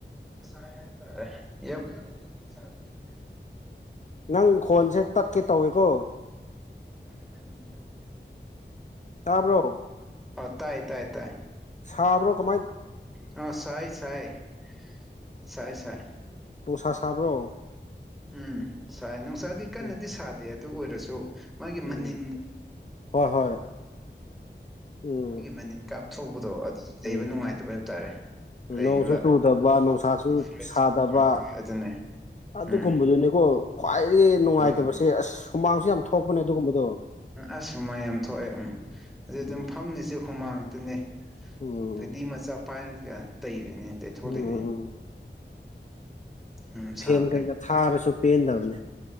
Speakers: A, in the centre; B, on the left (about 40°).
A: ꯁ ꯍꯦ ꯇꯔꯦ ꯌꯕ ꯀꯥꯏ ꯁ ꯆ
B: ꯅꯪ ꯈꯣꯟꯁꯦ ꯇꯠꯀꯦ ꯇꯧꯋꯤꯀꯣ
A: ꯋꯥ ꯀꯕꯅꯤ ꯏꯗꯣ
B: ꯇꯥꯕ꯭ꯔꯣ
A: ꯍ ꯇꯥꯏ ꯇꯥꯏ ꯇꯥꯏ
B: ꯁꯥꯕ꯭ꯔꯣ ꯀꯃꯥꯏꯅ
A: ꯑ ꯆꯥꯏ ꯆꯥꯏ ꯆꯥꯏ ꯆꯥꯏ
B: ꯗꯣꯁꯥ ꯁꯥꯕ꯭ꯔꯣ
A: ꯎꯝ ꯁꯥꯏ ꯅꯨꯡꯁꯥꯗꯤ ꯀꯟꯅꯗꯤ
B: ꯎꯝ
A: ꯁꯥꯗꯦ ꯑꯗꯨ ꯑꯣꯏꯔꯁꯨ ꯃꯥꯒꯤ
B: ꯎꯝ
A: ꯃꯅꯤꯟ
B: ꯍꯣꯏ ꯍꯣꯏ ꯎꯝ
A: ꯃꯣꯏꯒꯤ ꯃꯅꯤꯟ ꯀꯥꯞꯊꯣꯛꯄꯗꯣ ꯑꯗꯨ ꯂꯩꯕ
B: ꯎꯝ
A: ꯅꯨꯡꯉꯥꯏꯇꯕ ꯍꯥꯏꯕ ꯇꯥꯔꯦ ꯂꯩꯔꯤꯕ
B: ꯅꯣꯡꯁꯨ ꯇꯨꯗꯕ ꯅꯨꯡꯁꯥꯁꯨ
A: ꯐ꯭ꯔꯦꯁ
B: ꯁꯥꯗꯕ
A: ꯎꯝ ꯍꯣꯏ ꯑꯗꯨꯅꯦ
B: ꯑꯗꯨꯒꯨꯝꯕꯗꯨꯅꯤꯀꯣ
A: ꯎꯝ
B: ꯈ꯭ꯋꯥꯏꯗꯒꯤ ꯅꯨꯡꯉꯥꯏꯇꯕꯁꯦ
A: ꯍꯣꯏ
B: ꯑꯁ ꯁꯨꯃꯥꯡꯁꯨ ꯌꯥꯝ ꯊꯣꯛꯄꯅꯦ ꯑꯗꯨꯒꯨꯝꯕꯗꯣ
A: ꯎ ꯑꯁꯨꯃꯥꯏ ꯌꯥꯝ ꯊꯣꯛꯑꯦ ꯎꯝ ꯑꯗꯨ ꯑꯗꯨꯝ
B: ꯎꯝ
A: ꯐꯝꯅꯤꯁꯦ ꯍꯨꯃꯥꯡ ꯑꯗꯨꯅꯦ
B: ꯎꯝ
A: ꯐꯩꯗꯤ ꯃꯆꯥ ꯄꯥꯏꯔꯒ ꯇꯩꯔꯤꯅꯦ ꯇꯩꯊꯣꯛꯂꯤꯅꯦ
B: ꯎꯝ
A: ꯌꯥꯝ ꯁꯥꯕꯅꯦ
B: ꯐꯦꯟ ꯀꯩꯀꯥ ꯊꯥꯔꯁꯨ ꯄꯦꯟꯗꯕꯅꯦ